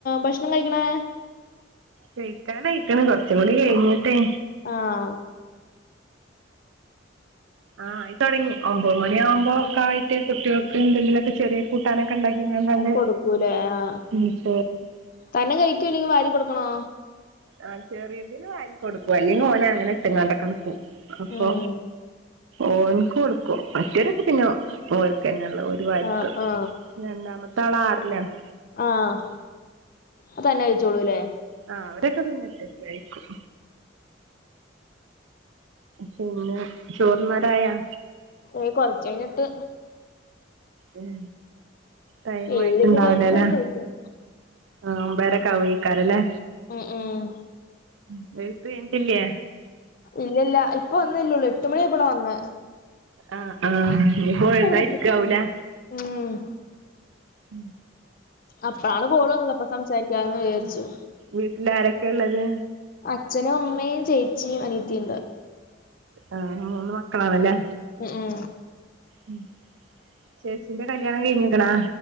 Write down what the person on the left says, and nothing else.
ഭക്ഷണം കഴിക്ക്ണേ
ആഹ്
കൊടുക്കൂലേ ആ
തന്നെ കഴിക്കോ ഇല്ലെങ്കിൽ വാരി കൊടുക്കണോ
ഉം
ആ ആ
ആഹ് അ തന്നെ കഴിച്ചോളൂല്ലേ
ഏയ് കൊർച്ച് കഴിഞ്ഞിട്ട്
ഏഴിലൊക്കെ
കഴിഞ്ഞിട്ട് വേണം കഴിക്കാൻ
ഉം ഉം
ഇല്ലല്ല ഇപ്പൊ വന്നല്ലേ ഒള്ളൂ എട്ട് മണി ആയപ്പളാ വന്നേ
എത്തിയത് ഉം
അപ്പഴാണ് കോള് വന്നപ്പ സംസാരിക്കാന്ന് വിചാരിച്ചു
അച്ഛനും അമ്മയും ചേച്ചിയും അനിയത്തിയുണ്ട്
ഉം ഉം